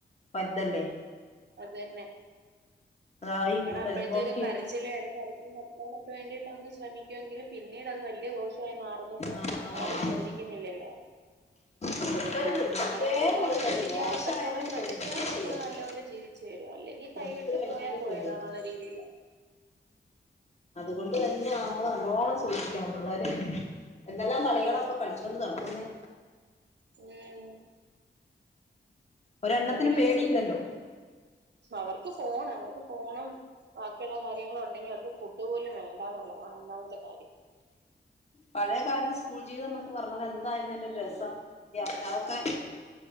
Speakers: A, on the left; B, on the right.
A: വൽതല്ലേ
B: അതന്നെ
A: അതായി
B: മക്കള
A: വരുമ്പോക്ക്
B: അപ്പോഴത്തെ ഒരു കര ച്ചില്ലേ കരച്ചില് നിത്താനൊക്കെ വേണ്ടിട്ട് ഒന്ന് ശ്രിക്കുമെങ്കിലും പിന്നീട് അത് വലിയ ദോഷം ഇത്രേ മാറുമെന്ന്
A: ആഹ്
B: ആരും
A: മാറും
B: ചിന്തിക്കുന്നില്ലല്ലോ
A: കൊടുക്കരുത് തീരെ
B: നമ്മൾ എത്രത്തോളം
A: കൊടുക്കരുത്
B: ശ്രദ്ധിക്കാവൊ
A: ദോശ
B: അത്രത്തോളം
A: ആയാലും
B: ശ്രദ്ധിച്ചാ
A: കൊടുക്കന്നെ
B: മക്കള്
A: ചെയ്യരുത്
B: നല്ലപോലെ ജീവിച്ചു വരും അല്ലെങ്കിൽ കൈവിട്ട്
A: കൊടുത്ത് കഴിഞ്ഞാല്
B: പോയാ പോയതാന്നുള്ള
A: കെടും
B: രീതിയില്
A: അതുകൊണ്ട് തന്നെ നമ്മള് നല്ലോണം സൂക്ഷിക്കണം പിള്ളേര് എന്തെല്ലാം കളികള
B: അത്
A: അപ്പൊ കളിച്ചൊണ്ട് നടക്കുന്നേ
B: ഉം <unintelligible>
A: ഒരെണ്ണത്തിനും പേടിയില്ലല്ലോ
B: അവർക്ക് പോണം അവർക്ക് പോണം ബാക്കിയുള്ള കാര്യങ്ങൾ ഒണ്ടെങ്കി അവർക്ക് ഫുഡ് പോലും വേണ്ടാന്നുള്ളതാണ് ഒന്നാമത്തെ കാര്യം
A: പഴേ കാലത്ത് സ്കൂൾ ജീവിതം എന്നൊക്ക പറഞ്ഞത് എന്തായിരുന്നു അതിന്റെരുരസം ന്റമ്മേ അതൊക്കെ